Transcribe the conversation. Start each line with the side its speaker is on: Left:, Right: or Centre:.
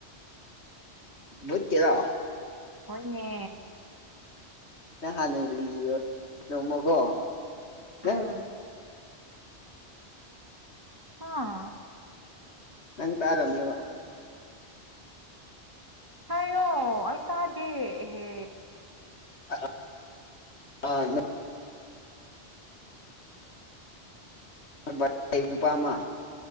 Left: ꯚꯨꯠꯀꯤꯔ
Right: ꯍꯣꯏꯅꯦ
Left: ꯅꯪ ꯍꯥꯟꯅ ꯂꯤꯔꯣ ꯅꯣꯡꯃꯀꯣ
Right: ꯎꯝ
Left: ꯅꯪ
Right: ꯍꯥꯥ
Left: ꯅꯪ ꯇꯥꯔꯝꯅꯤꯕ
Right: ꯍꯥꯏꯌꯣ ꯑꯩ ꯇꯥꯗꯦ ꯍꯦ
Left: <unintelligible> <unintelligible> ꯅꯨꯄꯥꯃ